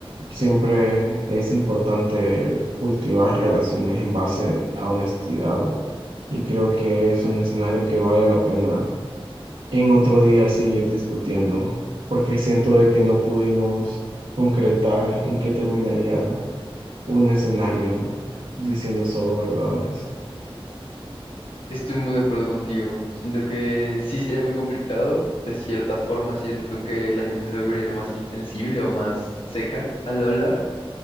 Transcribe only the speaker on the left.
Estoy muy de acuerdo contigo. Siento que sí sería muy complicado. De cierta forma, siento que la gente se volvería más insensible o más seca al hablar.